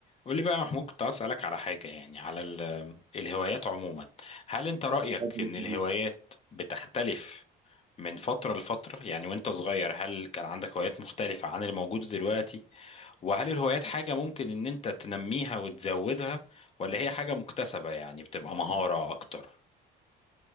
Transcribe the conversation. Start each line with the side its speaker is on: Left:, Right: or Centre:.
Left: قول لي بقى يا محمود كنت عايز اسالك على حاجه يعني على ال- الهوايات عموما هل انت رايك
Right: اتفضل
Left: ان
Right: يا
Left: الهوايات
Right: صديقي.
Left: بتختلف من فتره لفتره يعني وانت صغير هل كان عندك هوايات مختلفه عن اللي موجوده دلوقتي وهل الهوايات حاجه ممكن ان انت تنميها وتزودها ولا هي حاجه مكتسبه يعني بتبقى مهاره اكتر